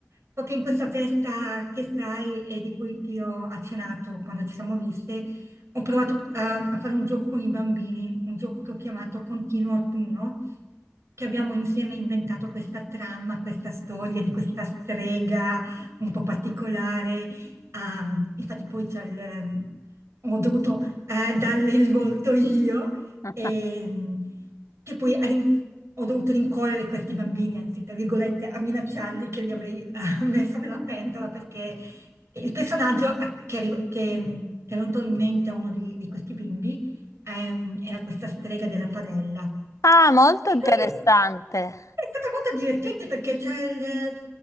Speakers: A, on the right; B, on the left.
A: Proprio in questa festa che sai e di cui ti ho accennato quando ci siamo viste, ho provato a, a fare un gioco con i bambini, un gioco che ho chiamato Continuo Autunno, che abbiamo insieme inventato questa trama, questa storia di questa strega un po' particolare. Ah, infatti poi c'è il... Ho dovuto eh, darle il volto io,
B: <laughs>
A: e, che poi ha rin- ho dovuto rincorrere questi bambini, anzi, tra virgolette, a minacciarli che li avrei <laughs> eh, messo nella pentola perché il personaggio ah, che, arriva- che- che è venuto in mente a uno di, di questi bimbi ehm, era questa strega della padella.
B: Ah, molto
A: E
B: interessante.
A: quindi è stata molto divertente perché c'è il-